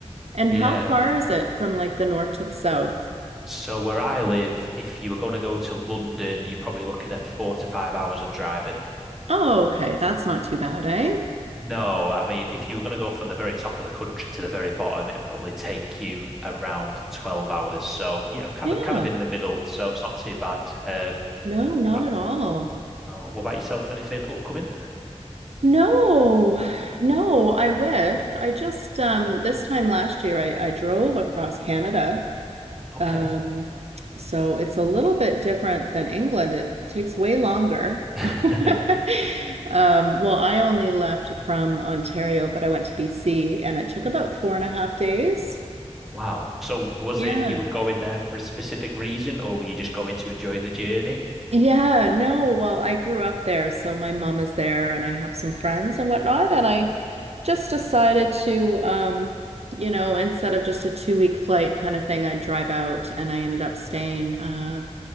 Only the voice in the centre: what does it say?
Yeah.
So where I live, if you were going to go to London, you're probably looking at four to five hours of driving.
No, I mean, if you were going to go from the very top of the country to the very bottom, it'd probably take you around 12 hours. So yeah, I'm kind
of kind of in the middle, so it's not too bad. Um,
what about
no, what about yourself? Anything upcoming?
Okay.
<laughs>
Wow. So was
it you were going there for a specific reason, or were you just going to enjoy the journey?